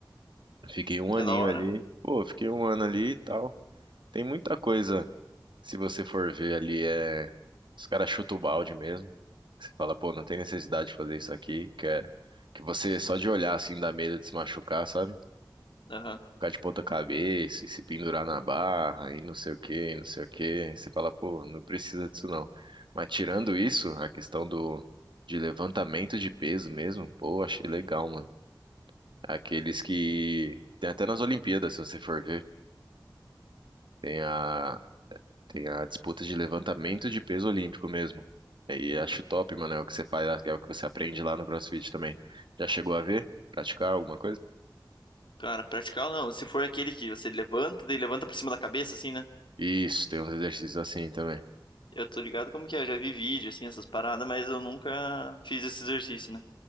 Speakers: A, on the right; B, on the left.
A: Fiquei um aninho
B: É da hora,
A: ali.
B: mano.
A: Pô, fiquei um ano ali e tal. Tem muita coisa Se você for ver ali, é. Os caras chutam o balde mesmo. Que Você fala, pô, não tem necessidade de fazer isso aqui. Que é. Que você só de olhar assim dá medo de se machucar, sabe?
B: Aham.
A: Ficar de ponta cabeça e se pendurar na barra e não sei o que, não sei o que. Você fala, pô, não precisa disso não. Mas tirando isso, a questão do. De levantamento de peso mesmo, pô, achei legal, mano. Aqueles que. Tem até nas Olimpíadas, se você for ver. Tem a Tem a disputa de levantamento de peso olímpico mesmo. E aí
B: Uhum.
A: acho top, mano, é o que você faz, é o que você aprende lá no CrossFit também. Já chegou a ver? Praticar alguma coisa?
B: Cara, praticar ou não. Se for aquele que você levanta, daí levanta pra cima da cabeça, assim, né?
A: Isso, tem uns exercícios assim também.
B: Eu tô ligado como que é, eu já vi vídeo, assim, essas paradas, mas eu nunca fiz esse exercício, né?